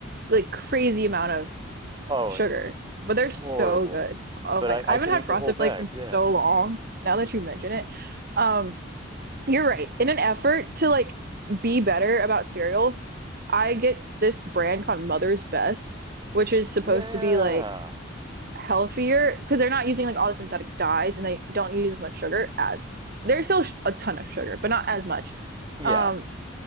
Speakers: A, on the right (about 50°); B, on the right (about 25°).
A: like crazy amount of
B: Oh,
A: sugar,
B: it's
A: but
B: horrible.
A: they're so good. Oh
B: But
A: my God.
B: I.
A: I
B: I
A: haven't
B: could
A: had
B: eat the
A: frosted
B: whole bag.
A: flakes in so
B: Yeah.
A: long, now that you mention it. Um You're right. In an effort to like be better about cereal, I get this brand called Mother's Best, which is supposed
B: Yeah.
A: to be like healthier because they're not using like all the synthetic dyes and they don't use as much sugar as there's still sh- a ton of sugar, but not as much.
B: Yeah.
A: Um,